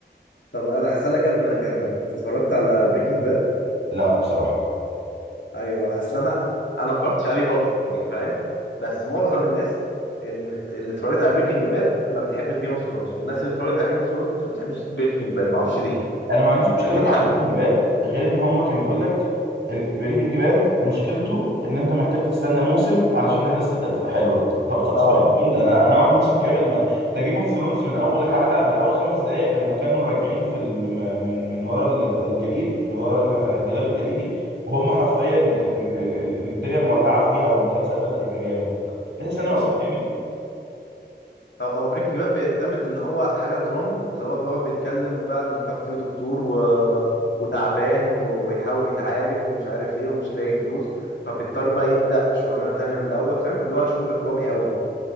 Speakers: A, on the left (about 80°); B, on the right (about 70°).
A: طب انا هسألك قبل ما اكمل انت اتفرجت على بريكنج باد
B: لا بصراحه
A: ايوه اصل انا انا ما اتفرجتش عليه برضه يعني فاهم بس معظم الناس اللي بت... اللي اتفرجت على بريكنج باد ما بتحبش جيم اوف ثرونز والناس اللي اتفرجت على جيم اوف ثرونز ما بتحبش بريكنج باد ما اعرفش ليه
B: انا ما عنديش مشكله
A: فجيت
B: مع
A: حق
B: بريكنج باد غير ان هما كان يقول لك البريكنج باد مشكلته ان انت محتاج تستنى موسم علشان الاحداث تبدا تبقى حلوه طب طب
A: اه
B: صباح الفل انا انا اقعد موسم كامل ما ده جيم اوف ثرونز من اول حلقه من اول خمس دقائق لما كانوا راجعين في ال... م- من من ورا ال- ال- الجليد من ورا ال- ال- الجدار الجليدي وهم حرفيا ال... ال... ال... ال- الدنيا مولعه فيها والمسلسل بدا يبقى جامد لسه استنى
A: اه
B: موسم كامل
A: هو هو بريكنج باد بيعتمد ان هو حاجه درامي اللي هو بيقعد بيتكلم بقى انه كان فيه دكتور و... وتعبان وبيحاول يتعالج ومش عارف ايه ومش لاقي فلوس فبيضطر بقى يبدا شغلانه تانية من الاول فاهم اللي هو شغل درامي قوي